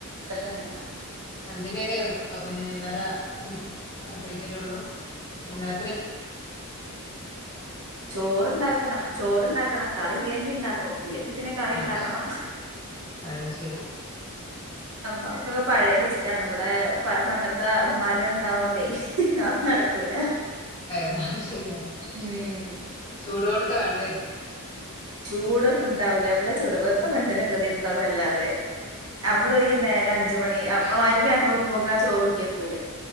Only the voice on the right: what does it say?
ക്കറങ്ങിയതാ
ചോറ്ണ്ടാക്കണം ചോറ്ണ്ടാക്കണം കറി ഇല്ലങ്കി ണ്ടാക്കും ഇല്ലങ്കി പിന്നെ കറി
ഇണ്ടാക്കണം
നമുക്കൊക്കെ പഴയ സിസ്റ്റണ് നമ്മടെ പ പണ്ടത്തെ ഉമ്മാര് ഉണ്ടാവോണ്ടേ അതും നടക്കൂല
ഉം
ചൂടൊന്നും ണ്ടാവ് ല എവിടെ ചൂട് വെറുതെ മനുഷനൊ ഗതികേടുത്താന്നല്ലാതെ നമ്മള് ഈ നേര അഞ്ച് മണി അപ്പ മാരിബ് ബാങ്ക് കൊടുക്കുമ്പക്കെ ആ ചോറ് ഊറ്റിയക്കൂലെ